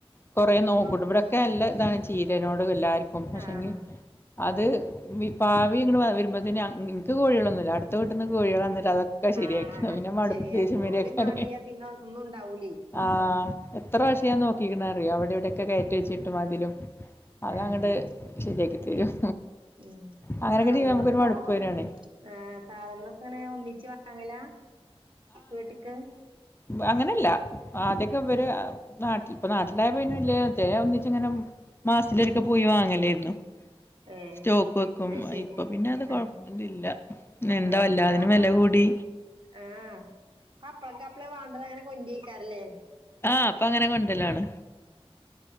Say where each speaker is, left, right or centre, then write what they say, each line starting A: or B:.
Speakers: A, on the left; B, on the right.
A: കൊറേ നോക്കൂട്ടൊ
B: ഉം
A: ഇബടെക്കെ നല്ല ഇതാണ് ചീരനോട് എല്ലാർക്കും പക്ഷെങ്കി
B: ആഹ്
A: അത് വി പാവി ഇങ്ങട്ട് വ വരുമ്പോഴ്ത്തിന് അ ഇൻക്ക് കോഴികളൊന്നുല്ല അടുത്ത വീട്ട്ന്ന് കോഴികള് വന്നിട്ട് അതൊ ഒക്കെ ശരി
B: ആഹ്
A: ആയി അപ്പ പിന്നെ മടു
B: ശരിയാക്കും
A: ദേഷ്യം വരൊക്ക
B: ഓല് മാന്തിയാ പിന്നെ ഒന്നും ഉണ്ടാവൂലെ
A: ആഹ് എത്ര പ്രാവ്ശ്യം ഞാൻ നോക്കിക്ക്ണ് അറിയോ അവിടെ ഇവിടെ ഒ ഒക്കെ കയറ്റി വെച്ചിട്ടും അതിലും അതങ്ങട്ട്
B: ആഹ്
A: ശരിയാക്കി തരും
B: ഉം
A: അങ്ങനെയൊക്കെ
B: സാധനങ്ങളൊക്കെ
A: ചെയ്യുമ്പോൾ നമുക്കൊരു മടുപ്പ്
B: ഒ ഒ
A: വരികയാണ്
B: ഏഹ് സാധനങ്ങളൊക്കെങ്ങനെ ഒന്നിച്ച് വെ വാങ്ങലാ വീട്ട്ക്ക്
A: വ് അങ്ങനെല്ല ആദ്യൊക്കെ ഇവര് അ നാട്ടിൽ ഇപ്പൊ നാട്ടിലായപ്പോ പിന്നെ വല്ല്യ ഇതുവരെ ഒന്നിച്ച് ഇങ്ങനെ മാസത്തിലൊരിക്കെ പോയി വാങ്ങലായിരുന്നു
B: ഏഹ്
A: സ്റ്റോക്ക് വെക്കും
B: അത് ശരി
A: ഇപ്പൊ പിന്നെ അത് കൊഴപ്പന്നുല്ല
B: ആഹ്
A: ഇന്ന് എന്താ
B: ആഹ്
A: എല്ലാതിനും
B: അപ്പ
A: വെല കൂടി.
B: ആഹ് അപ്പളക്ക അപ്പളെ വേണ്ടത് അങ്ങനെ കൊണ്ട്രെയ്ക്കാരല്ലേ
A: ആഹ് അപ്പൊ അങ്ങനെ കൊണ്ടലാണ്